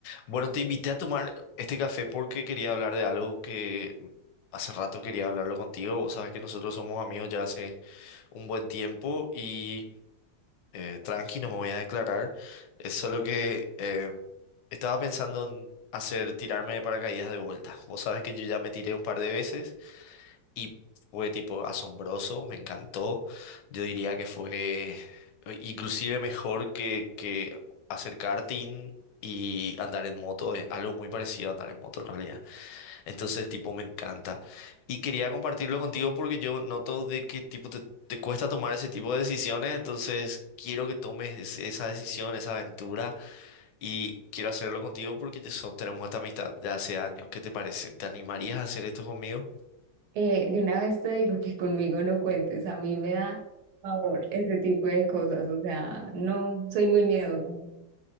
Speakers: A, on the left; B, on the right.
A: Bueno, te invité a tomar este café porque quería hablar de algo que hace rato quería hablarlo contigo. Vos sabes que nosotros somos amigos ya hace un buen tiempo y eh, tranqui, no me voy a declarar. Es solo que eh, estaba pensando en hacer tirarme de paracaídas de vuelta. Vos sabes que yo ya me tiré un par de veces y fue tipo asombroso, me encantó. Yo diría que fue eh, inclusive mejor que, que hacer karting y andar en moto. Es algo muy parecido a andar en moto en realidad. Entonces, tipo, me encanta. Y quería compartirlo contigo porque yo noto de que tipo te, te cuesta tomar ese tipo de decisiones. Entonces, quiero que tomes es- esa decisión, esa aventura. Y quiero hacerlo contigo porque ya so- tenemos esta amistad de hace años. ¿Qué te parece? ¿Te animarías a hacer esto conmigo?
B: Eh, de una vez te digo que conmigo no cuentes, a mí me da favor ese tipo de cosas, o sea, no, soy muy miedosa.